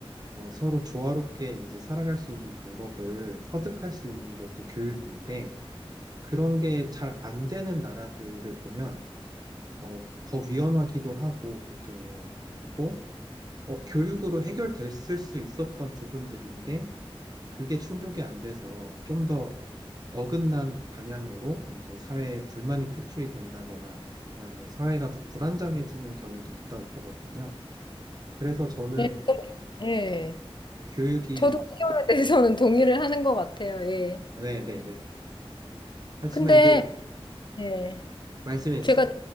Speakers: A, on the right; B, on the left.
A: 어, 서로 조화롭게 이제 살아갈 수 있는 방법을 터득할 수 있는 게 또 교육인데, 그런 게 잘 안 되는 나라들을 보면, 어, 더 위험하기도 하고, 보통은. 그리고, 어, 교육으로 해결됐을 수 있었던 부분들인데, 그게 충족이 안 돼서 좀 더 어긋난 방향으로 이제 사회에 불만이 표출이 된다거나, 아니면 사회가 더 불안정해지는 경우도 있다고 보거든요. 그래서 저는
B: 네, 네.
A: 교육이,
B: 저도 그 점에 대해서는 동의를 하는 것 같아요. 예.
A: 네네네. 하지만
B: 근데
A: 이제
B: 예.
A: 말씀해주요
B: 제가